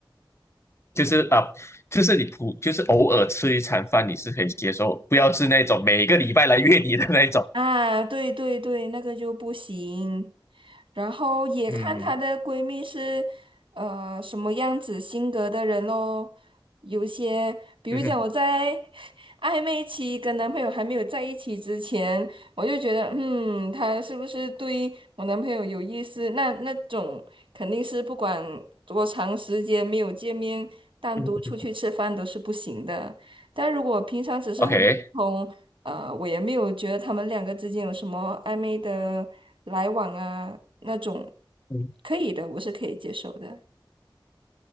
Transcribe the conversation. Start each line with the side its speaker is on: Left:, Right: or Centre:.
Left: 就是啊，就是你普就是偶尔吃一餐饭，你是可以接受，不要是那种每个礼拜来约你的那一种。
Right: 啊，对对对，那个就不行。然后也看她的闺蜜是呃什么样子性格的人咯。
Left: 嗯
Right: 有些，比如讲我在
Left: 嗯哼
Right: <laughs> 暧昧期跟男朋友还没有在一起之前，我就觉得，嗯，他是不是对我男朋友有意思？那那种肯定是不管多长时间没有见面，单独出去吃饭都是不行的。
Left: 嗯哼
Right: 但如果平常只是很普通。
Left: ，OK，
Right: 呃，我也没有觉得他们两个之间有什么暧昧的来往啊，那种
Left: 嗯
Right: 可以的，我是可以接受的。